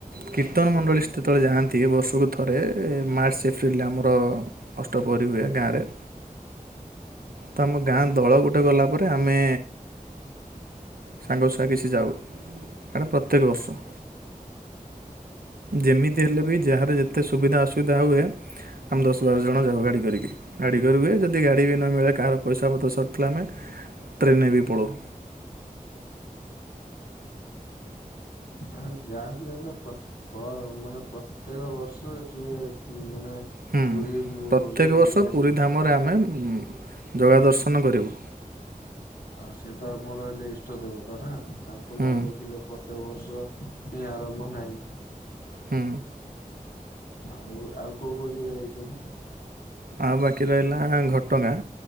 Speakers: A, on the right; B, on the left.
A: କୀର୍ତ୍ତନ ମଣ୍ଡଳୀ ଯେତେବେଳେ ଯାଆନ୍ତି ବର୍ଷକୁ ଥରେ ମାର୍ସ ଏପ୍ରିଲ ରେ ଆମର ଅଷ୍ଟପ୍ରହରୀ ହୁଏ ଗାଁରେ ତ ଆମ ଗାଁ ଦଳ ଗୋଟେ ଗଲାପରେ ଆମେ ସାଙ୍ଗ ଛୁଆ କିଛି ଯାଉ ସେଇଟା ପ୍ରତ୍ୟେକ ବର୍ଷ। ଯେମିତି ହେଲେ ବି ଯାହାର ଯେତେ ସୁବିଧା ଅସୁବିଧା ହୁଏ ଆମେ ଦଶ ବାର ଜଣ ଯାଉ ଗାଡ଼ି କରିକି ଗାଡ଼ି କରା ହୁଏ ଯଦି ଗାଡ଼ି ବି ନ ମିଳେ କାହାର ପଇସା ପତ୍ର ସର୍ଟ ଥିଲେ ଆମେ ଟ୍ରେନରେ ବି ପଳୋଉ।
B: ମାନେ ଯାଆନ୍ତି ହେଲେ ପ୍ର ପ ମାନେ ପ୍ରତ୍ୟେକ ବର୍ଷ ଯିଏ ମାନେ
A: ହୁଁ
B: ପୁରୀ
A: ପ୍ରତ୍ୟେକ
B: ରେ ବୁଲିକି
A: ବର୍ଷ
B: ଆସିବାକୁ
A: ପୁରୀ ଧାମରେ ଆମେ ଜଗା
B: ନିଶ୍ଚିନ୍ତ।
A: ଦର୍ଶନ କରିବୁ।
B: ଆଉ ସିଏ ତ ଆମର ହେଲେ ଇଷ୍ଟ ଦେବତା ନା ତାଙ୍କୁ ନ
A: ହୁଁ
B: ଦେଖିଲେ ପ୍ରତ୍ୟେକ ବର୍ଷ ହିଁ ଆରମ୍ଭ ନାହିଁ।
A: ହୁଁ।
B: ଆଉ ଆଉ କୋଉ କୋଉ ଜାଗା ଯାଇଚନି।
A: ଆଉ ବାକି ରହିଲା ଘଟଗାଁ।